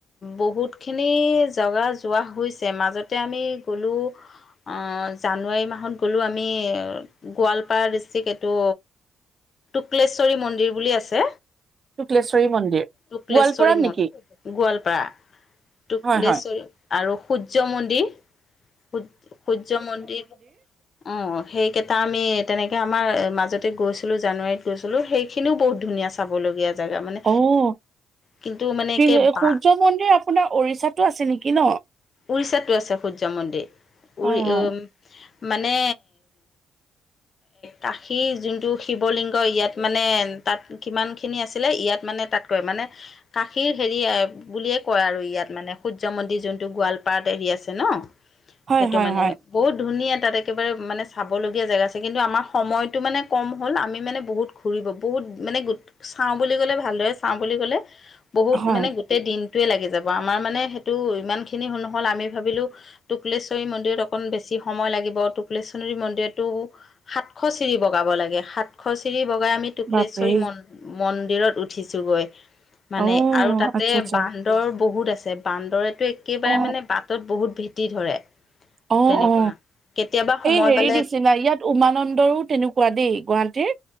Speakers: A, on the left; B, on the right.
A: বহুতখিনি জেগা যোৱা হৈছে মাজতে আমি গ'লোঁ অ'। জানুৱাৰী মাহত গ'লোঁ আমি গোৱালপাৰা ডিষ্ট্ৰিক্ এইটো
B: <inaudible>
A: <unintelligible> মন্দিৰ বুলি আছে,
B: শুক্লেশ্বৰী মন্দিৰ
A: টোক্লেশ্বৰী
B: গোৱালপাৰাত নেকি
A: মন্দিৰ গোৱালপাৰা। অ' টোক্লেশ্বৰী
B: হয় হয়
A: আৰু সূৰ্য মন্দিৰ সূ সূৰ্য মন্দিৰ অ' সেইকেইটা আমি তেনেকৈ আমাৰ মাজতে গৈছিলোঁ জানুৱাৰীত। গৈছিলো সেইখিনিও বহুত ধুনীয়া চাবলগীয়া জেগা মানে।
B: অ
A: কিন্তু মানে
B: সূৰ্য
A: একে বা
B: মন্দিৰ আপোনাৰ উৰিষ্যাটো আছে নেকি ন?
A: উৰিষ্যাতো আছে সূৰ্য মন্দিৰ
B: হয়
A: উৰি
B: হয়।
A: মানে কাশীৰ যোনটো শিৱলিংগ কয় ইয়াত মানে তাত কিমানখিনি আছিলে ইয়াত মানে তাতকৈ মানে কাশীৰ হেৰি বুলিয়ে কয় আৰু ইয়াত মানে সূৰ্য মন্দিৰ যোনটো গোৱালপাৰ এৰি আছে ন
B: হয়
A: সেইটো
B: হয়
A: মানে
B: হয়
A: বহুত ধুনীয়া। তাত একেবাৰে মানে চাবলগীয়া জেগা আছে কিন্তু আমাৰ সময়তটো মানে কম হ'ল আমি মানে বহুত ঘূৰিব বহুত মানে চাওঁ বুলি ক'লে ভালদৰে চাওঁ বুলি ক'লে বহুত
B: হয়
A: মানে গোটেই দিন টোৱে লাগি যাব আমাৰ মানে সেইটো ইমানখিনি নহ'ল আমি ভাবিলোঁ টুকুলশ্বৰী মন্দিৰত অকণ বেছি সময় লাগিব তকশ্বৰী মন্দিৰতো সাতশ চিৰি বগাব লাগে সাত সাতশ চিৰি বগাই আমি টক্শ্বৰী
B: বাপৰে
A: মন মন্দিৰত উঠিছোঁগৈ। মানে
B: অ
A: আৰু তাতে
B: আচ্ছা আচ্ছা
A: বান্দৰ বহুত আছে বান্দৰে একেবাৰে
B: অ
A: মানে বাটত বহুত ভেটি ধৰে
B: অ
A: তেনেকুৱা।
B: অ
A: কেতিয়াবা সময়
B: এই হেৰি
A: পালে
B: নিচিনা ইয়াত উমানন্দৰো তেনেকুৱা দেই গুৱাহাটীৰ।